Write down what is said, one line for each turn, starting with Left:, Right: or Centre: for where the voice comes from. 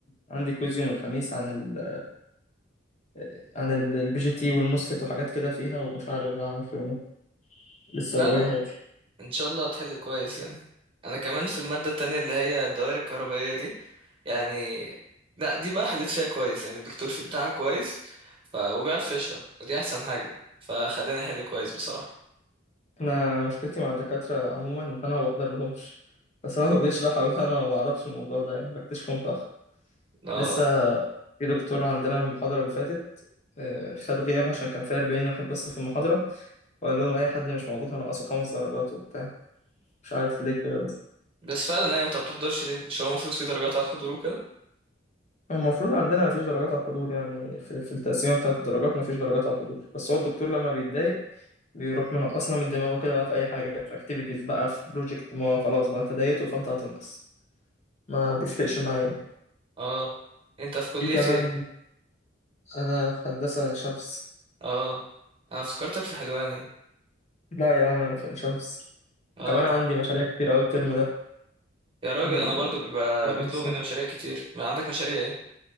Left: عندي كويز يوم الخميس عن ال آه، عن البي جي تي والموسفيت وحاجات كده فيها ومش عارف بقى اعمل فيهم ايه لسه
Right: لا
Left: بقول
Right: لا
Left: يا هادي
Right: ان شاء الله هتحل كويس يعني انا كمان في المادة التانية اللي هي الدوائر الكهربائية دي يعني لا دي بقى حليت فيها كويس يعني الدكتور في بتاعها كويس ف... وبيعرف يشرح ودي احسن حاجة فخلاني احل كويس بصراحة
Left: انا مشكلتي مع الدكاترة عموما ان انا ما بحضر لهمش بس هو بيشرح ولا انا ما بعرفش الموضوع ده يعني بكتشفه متأخر
Right: اه
Left: لسه في دكتور عندنا في المحاضرة اللي فاتت آه، خد غياب عشان كان فيها 40 واحد بس في المحاضرة وقال لهم اي حد مش موجود هنقصه خمس درجات وبتاع مش عارف ليه كده بس
Right: بس فعلا ايوه انت ما بتحضرش ليه مش هو المفروض في درجات على الحضور وكده
Left: هو المفروض عندنا مفيش درجات على الحضور يعني في, في التقسيمه بتاعه الدرجات مفيش درجات على الحضور بس هو الدكتور لما بيتضايق بيروح منقصنا من دماغه كده بقى في اي حاجه في اكتيفيتيز بقى في بروجكت ما هو خلاص بقى انت ضايقته فانت هتنقص ما بيفرقش معايا
Right: اه انت في كلية
Left: في كمان
Right: ايه
Left: انا في هندسه عين شمس
Right: اه انا افتكرتك في حلوان
Left: لا يا عم انا في عين شمس
Right: اه
Left: وكمان
Right: طب
Left: عندي مشاريع كتير أوي الترم ده
Right: يا راجل
Left: ال-
Right: انا برضو
Left: ال-
Right: بيبقى
Left: الموضوع
Right: بيطلبوا
Left: الصعب.
Right: مني مشاريع كتير ما عندك مشاريع ايه